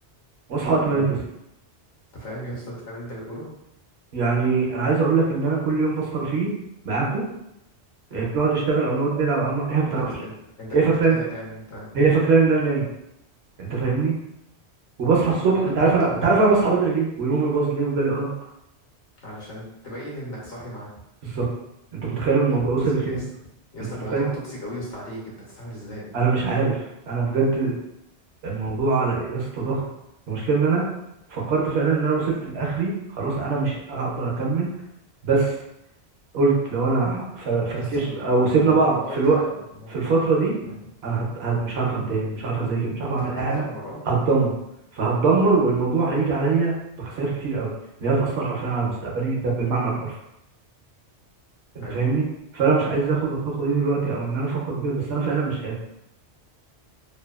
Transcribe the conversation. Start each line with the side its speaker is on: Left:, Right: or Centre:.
Right: واصحى وقت ما
Left: امم
Right: هي تصحى
Left: انت فاهم يا اسطى انت فاهم اللي انت بتقوله
Right: يعني انا عايز اقول لك ان انا كل يوم بسهر فيه معاكم آه،
Left: امم
Right: بنقعد نشتغل او نقعد نلعب او نقعد... هي ما
Left: انت
Right: تعرفش
Left: بتكون انت
Right: هي
Left: انت
Right: فاكره
Left: بتكون لا انت نايم
Right: هي فاكره ان انا نايم انت
Left: امم
Right: فاهمني وبصحى الصبح
Left: اقول
Right: انت
Left: لك برضه
Right: عارف انا
Left: هو
Right: انت عارف انا بصحى بدري ليه ونومي باظ ليه وجالي ارق
Left: علشان تبين انك صاحي معاه
Right: بالظبط انت متخيل الموضوع
Left: يا نهار
Right: وصل
Left: اسود
Right: لفين
Left: يا اسطى يا اسطى
Right: انت متخيل
Left: الموضوع توكسيك قوي يا اسطى عليك انت تستعمل ازاي
Right: انا مش عارف انا بجد الموضوع على يا اسطى ضغط المشكله ان انا فكرت فعلا ان انا وصلت لاخري خلاص انا مش هقدر اكمل بس قلت لو انا فر- فركشت
Left: يا اسطى المو...
Right: او
Left: المو...
Right: سيبنا بعض
Left: الموضوع
Right: في
Left: يتحل
Right: الوقت
Left: الموضوع.
Right: في الفتره دي
Left: امم
Right: انا هت... هت- مش عارف امتحن مش عارف اذاكر مش عارف
Left: انت
Right: اعمل
Left: هتتدمر
Right: اي حاجه
Left: اه
Right: هتدمر فهتدمر والموضوع
Left: امم
Right: هيجي عليا بخسائر كتير قوي اللي هتأثر حرفيا على مستقبلي ده بالمعنى الحرفي انت
Left: ايوه
Right: فاهمني فانا مش عايز اخد الخطوه دي دلوقتي او ان انا افكر بكده بس انا فعلا مش قادر